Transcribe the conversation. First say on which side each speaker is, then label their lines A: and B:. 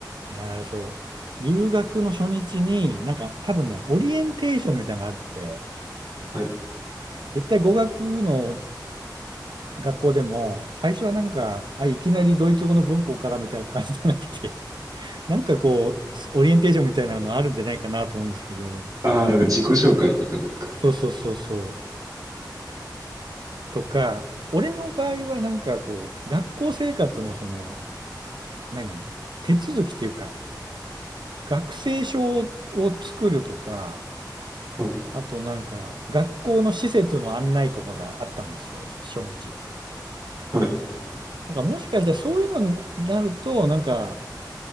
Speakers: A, on the right (about 80°); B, on the right (about 55°).
A: いやー、そう。留学の初日に、なんか多分ね、オリエンテーションみたいなのがあって、
B: はい。
A: 絶対語学の学校でも、最初はなんか、あ、いきなりドイツ語の文法からみたいな感じじゃなくて、<laughs> なんかこう、オリエンテーションみたいなのあるんじゃないかなと思うんですけど、
B: ああ、なんか自己紹介とかですか
A: そうそうそうそう。とか、俺の場合はなんかこう、学校生活のその、何手続きっていうか、学生証を作るとか、
B: はい。
A: あとなんか、学校の施設の案内とかがあったんですよ、初初日。
B: はい。
A: なんかもしかしたらそういうのになると、なんか、